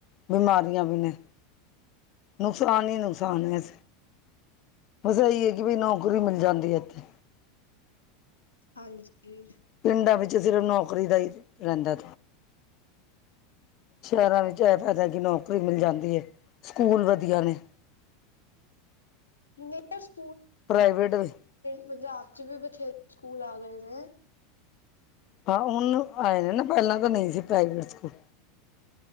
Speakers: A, on the left; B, on the left.
A: ਬਿਮਾਰੀਆਂ ਵੀ ਨੇ ਨੁਕਸਾਨ ਹੀ ਨੁਕਸਾਨ ਹੈ ਇ। ਬਸ ਇਹੀ ਹੈ ਕਿ ਬਈ ਨੌਕਰੀ ਮਿਲ ਜਾਂਦੀ ਹੈ ਇੱਥੇ।
B: ਹਾਂਜੀ।
A: ਪਿੰਡਾਂ ਵਿੱਚ ਸਿਰਫ ਨੌਕਰੀ ਦਾ ਹੀ ਰਹਿੰਦਾ। ਸ਼ਹਿਰਾਂ ਵਿੱਚ ਇਹ ਫਾਇਦਾ ਕਿ ਨੌਕਰੀ ਮਿਲ ਜਾਂਦੀ ਹੈ। ਸਕੂਲ ਵਧੀਆ ਨੇ।
B: ਨ।
A: ਪ੍ਰਾਈਵੇਟ ਵੀ।
B: ਪੰਜਾਬ ਚ ਵੀ ਬਥੇਰੇ ਸਕੂਲ ਆ ਗਏ ਨੇ।
A: ਹਾਂ ਹੁਣ ਆਏ ਨੇ ਨਾ ਪਹਿਲਾਂ ਤੋਂ ਨਹੀਂ ਸੀ ਪ੍ਰਾਈਵੇਟ ਸਕੂਲ